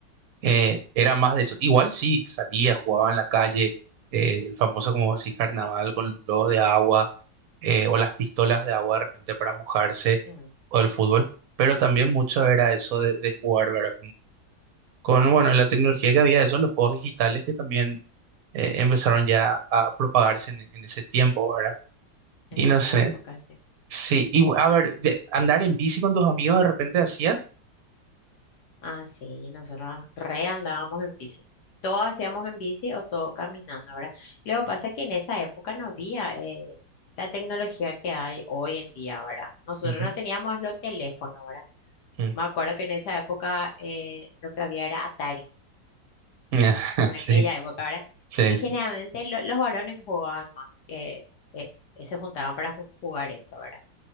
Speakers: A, on the right; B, on the left.
A: eh, era más de eso. Igual sí, salía, jugaba en la calle, eh, el famoso, como decís, carnaval con los globos de agua eh, o las pistolas de agua de repente para mojarse
B: mm,
A: o el fútbol, pero también mucho era eso de, de jugar, ¿verdad? con bueno, la tecnología que había de eso, los juegos digitales que también eh, empezaron ya a propagarse en, en ese tiempo, ¿verdad?
B: en
A: Y
B: esa
A: no sé,
B: época, sí.
A: sí, y a ver, de- andar en bici con tus amigos de repente hacías.
B: Ah, sí, nosotros re andábamos en bici. Todo hacíamos en bici o todo caminando, ¿verdad? Luego pasa que en esa época no había eh, la tecnología que hay hoy en día, ¿verdad? Nosotros
A: Ujú,
B: no teníamos los teléfonos, ¿verdad?
A: ujú.
B: Me acuerdo que en esa época eh, lo que había era Atari,
A: <laughs>
B: en
A: Sí,
B: aquella época, ¿verdad?
A: sí,
B: Y generalmente
A: sí.
B: lo- los varones jugaban más, que eh, eh, se juntaban para ju- jugar eso, ¿verdad?